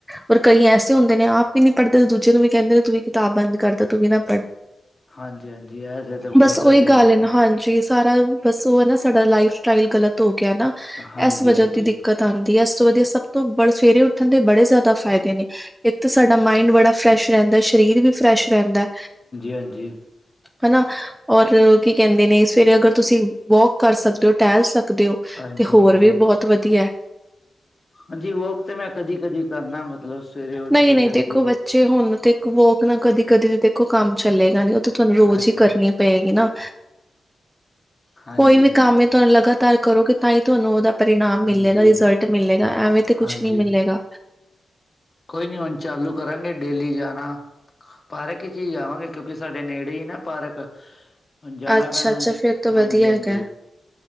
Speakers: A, in the centre; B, on the left.
A: ਪਰ ਕਈ ਐਸੇ ਹੁੰਦੇ ਨੇ, ਆਪ ਵੀ ਨਹੀ ਪੜ੍ਹਦੇ ਤੇ ਦੂਜਿਆਂ ਨੂੰ ਵੀ ਕਹਿੰਦੇ ਨੇ ਤੂੰ ਵੀ ਕਿਤਾਬ ਬੰਦ ਕਰ ਦੇ, ਤੂੰ ਵੀ ਨਾ ਪੜ੍ਹ।
B: ਹਾਂਜੀ, ਹਾਂਜੀ ਐਸੇ ਤਾਂ ਬਹੁਤ
A: ਬਸ ਓਹੀ
B: ਹੈਗੇ
A: ਗੱਲ
B: ਨੇ
A: ਐ
B: ਦੋਸਤ
A: ਨਾ, ਹਾਂਜੀ ਸਾਰਾ ਬਸ ਉਹ ਐ ਨਾ ਸਾਡਾ ਲਾਈਫ ਸਟਾਈਲ ਗ਼ਲਤ ਹੋ ਗਿਆ ਨਾ,
B: ਹਾਂਜੀ,
A: ਐਸ ਵਜ੍ਹਾ
B: ਹਾਂਜੀ, ਹਾਂਜੀ,
A: ਦੀ ਦਿੱਕਤ ਆਂਦੀ ਐ, ਏਸ ਤੋਂ ਵਧੀਆ ਸਭ ਤੋਂ ਬੜ ਸਵੇਰੇ ਉੱਠਣ ਦੇ ਬੜੇ ਜ਼ਿਆਦਾ ਦਾ ਫਾਇਦੇ ਨੇ, ਇੱਕ ਤਾਂ ਸਾਡਾ ਮਾਇੰਡ ਬੜਾ ਫਰੈਸ਼ ਰਹਿੰਦਾ, ਸਰੀਰ ਵੀ ਫਰੈਸ਼ ਰਹਿੰਦਾ।
B: ਹਾਂਜੀ,
A: ਹਨਾ, ਔਰ ਕੀ ਕਹਿੰਦੇ ਨੇ ਸਵੇਰੇ ਅਗਰ ਤੁਸੀਂ ਵੋਕ ਕਰ ਸਕਦੇ ਹੋ, ਟਹਿਲ ਸਕਦੇ ਹੋ
B: ਹਾਂਜੀ,
A: ਤੇ ਹੋਰ
B: ਹਾਂਜੀ।
A: ਵੀ ਬਹੁਤ ਵਧੀਆ।
B: ਹਾਂਜੀ ਵੋਕ ਤੇ ਮੈਂ ਕਦੀ ਕਰਨਾ ਮਤਲਬ ਸਵੇਰੇ ਉੱਠ
A: ਨਈ-ਨਈ,
B: ਕੇ ਜਲਦੀ
A: ਦੇਖੋ ਬੱਚੇ ਹੁਣ ਤੇ ਵੌਕ ਨਾ ਕਦੀ-ਕਦੀ ਤੇ ਉਹ ਕੰਮ ਨਹੀਂ ਚੱਲੇਗਾ, ਉਹ ਤਾਂ ਤੁਹਾਨੂੰ ਰੋਜ਼
B: ਹਾਂਜੀ
A: ਈ ਕਰਨੀ ਪਏਗੀ ਨਾ।
B: ਹਾਂਜੀ
A: ਕੋਈ ਵੀ
B: ਹਾਂਜੀ
A: ਕੰਮ ਏ ਤਾਂ ਉਹਨੂੰ ਲਗਾਤਾਰ ਕਰੋਗੇ, ਤਾਂਹੀ ਤੁਹਾਨੂੰ ਉਹਦਾ ਪਰਿਣਾਮ
B: ਹਾਂਜੀ
A: ਮਿਲੇਗਾ, ਰਿਜ਼ਲਟ ਮਿਲੇਗਾ, ਐਵੇਂ ਤੇ ਕੁਛ
B: ਹਾਂਜੀ
A: ਨੀ ਮਿਲੇਗਾ।
B: ਕੋਈ ਨੀ ਹੁਣ ਚਾਲੂ ਕਰਾਂਗੇ, ਡੇਲੀ ਜਾਣਾ। ਪਾਰਕ ਵਿੱਚ ਹੀ ਆ ਜਾਵਾਂਗੇ, ਕਿਉਂਕਿ ਸਾਡੇ ਨੇੜੇ ਈ ਐ ਨਾ ਪਾਰਕ। ਹੁਣ ਜਾਣਾ
A: ਅੱਛਾ-ਅੱਛਾ,
B: ਪੈਣਾ
A: ਫਿਰ ਤਾਂ ਵਧੀਆ
B: ਹਾਂਜੀ ਹਾਂਜੀ
A: ਹੈਗਾ,